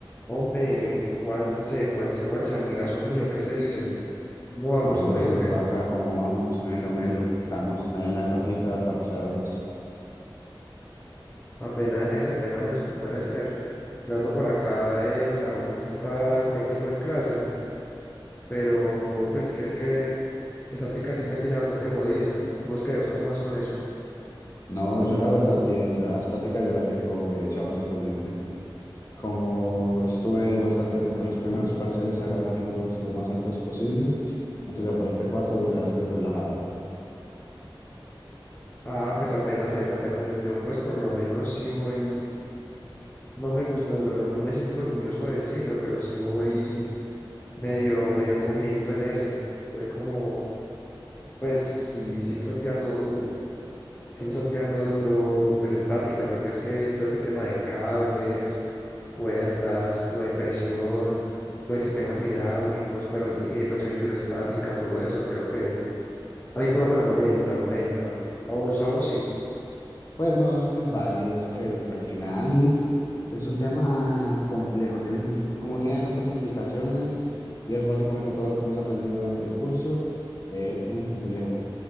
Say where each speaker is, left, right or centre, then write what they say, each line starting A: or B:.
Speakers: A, on the left; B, on the left.
A: Hombre, Juanse, Juanse, Juanse, amigazo mío, ¿qué se dice? ¿Cómo vamos?
B: Hombre,
A: ¿Todo bien
B: Jupaca,
A: o qué?
B: ¿cómo vamos? Melo, melo. Estamos ahí en la casita, parchados.
A: Apenas es, apenas es, como debe ser. Yo ando por acá en la U, que está un ratico en clase, pero pues que es que esa tica sí me tiene bastante jodido. ¿Vos qué, vos cómo vas con eso?
B: No, yo la verdad, bien, ya estática ya la tengo hecha básicamente. Como estuve bastante atento a los primeros parciales a ganarlos lo más altos posibles, entonces ya para este cuarto ya estoy relajado.
A: Ah, pues apenas es, apenas es. Yo pues por lo menos sí voy, no me gusta, no, no- no me siento orgulloso de decirlo, pero sí voy medio, medio cogidito en ese. Estoy como, pues sí, sí me está tirando duro. sí me está tirando duro, pues estática, porque es que todo este tema de cables, cuerdas, lo de presión, lo de sistemas hidráulicos, pero eh, presión hidroestática, todo eso, creo que a mí por lo menos no me entra, no me entra. A vos, a vos sí,
B: Pues no, es que es válido, es que al, al final es un tema complejo, tiene, como tiene tantas implicaciones y es básicamente todo lo que hemos aprendido durante el curso, eh, es muy complejo,